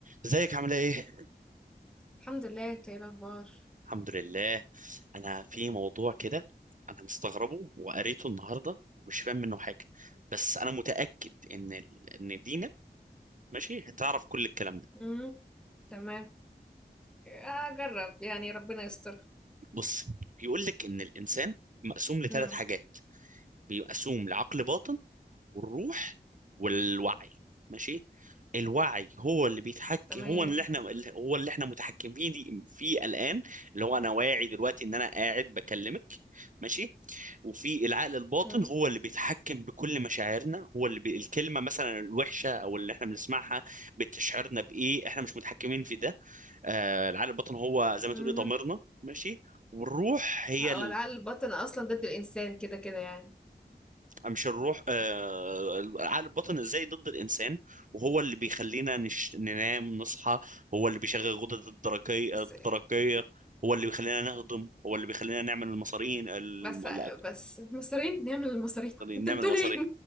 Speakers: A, on the right; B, in the centre.
A: ازيك عامله ايه
B: الحمد لله انت ايه الاخبار
A: الحمد لله انا في موضوع كده انا مستغربه وقريته النهارده ومش فاهم منه حاجه بس انا متاكد ان ال... ان دينا ماشي هتعرف كل الكلام ده
B: امم تمام اجرب يعني ربنا يستر
A: بص بيقول لك ان الانسان مقسوم لثلاث
B: امم
A: حاجات بيقسوم لعقل باطن والروح والوعي ماشي الوعي هو اللي بيتحكم
B: تمام
A: هو اللي احنا هو اللي احنا متحكمين دي- فيه الان اللي هو انا واعي دلوقتي ان انا قاعد بكلمك ماشي وفي العقل الباطن
B: امم
A: هو اللي بيتحكم بكل مشاعرنا هو اللي بي... الكلمه مثلا الوحشه او اللي احنا بنسمعها بتشعرنا بايه احنا مش متحكمين في ده آه العقل الباطن هو زي ما تقولي
B: امم
A: ضميرنا ماشي والروح هي
B: هو العقل الباطن اصلا ضد الانسان كده كده يعني
A: مش الروح آه، العقل الباطن ازاي ضد الانسان وهو اللي بيخلينا نش... ننام نصحى هو اللي بيشغل غدد الدرقية
B: بس
A: الدرقية هو اللي بيخلينا نهضم هو اللي بيخلينا نعمل المصارين الم...
B: بس
A: لا
B: بس المصريين نعمل المصريين <laughs> انت
A: نعمل
B: بتقول
A: مصارين
B: ايه